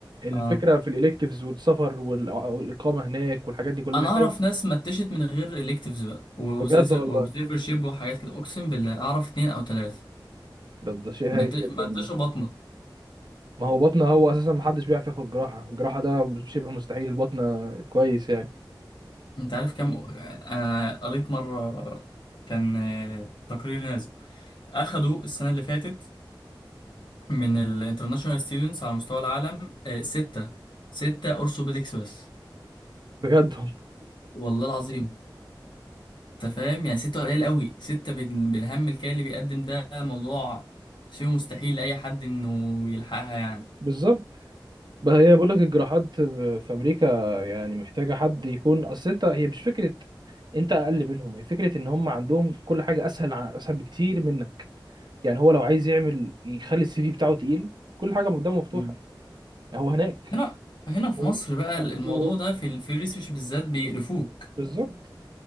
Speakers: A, on the right; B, on the left.
A: الفكره
B: اه
A: في الالكتيفز والسفر والع- والاقامه هناك والحاجات دي كلها
B: انا
A: انك
B: اعرف
A: لازم-
B: ناس متشت من غير الكتيفز بقى واوبزرفر
A: بجد والله
B: شيب وحاجات كده اقسم بالله اعرف اتنين او تلاتة
A: ده ده شيء
B: مت-
A: هايل جدا
B: متشوا بطنه
A: ما هو بطنه هو اساسا ما حدش بيعرف ياخد جراحه الجراحه ده شبه مستحيل البطنه كويس يعني
B: انت عارف كام انا قريت مرة كان آه، تقرير نازل اخدوا السنة اللي فاتت من الانترناشونال ستودنتس على مستوى العالم آه، ستة ستة اورثوبيدكس بس
A: بجد والله.
B: والله العظيم انت فاهم يعني ستة قليل قوي ستة بال- بالهم الكالي اللي بيقدم ده موضوع شيء مستحيل لأي حد انه يلحقها يعني
A: بالظبط بقى هي بقول لك الجراحات في امريكا يعني محتاجه حد يكون اصل انت هي مش فكره انت اقل منهم هي فكره ان هم عندهم كل حاجه اسهل ع- اسهل بكتير منك يعني هو لو عايز يعمل يخلي السي في بتاعه تقيل كل حاجه قدامه مفتوحه
B: مم.
A: هو هناك
B: هنا هنا في
A: و...
B: مصر بقى الموضوع
A: و...
B: ده في ال- في الريسيرش بالذات بيقرفوك
A: بالظبط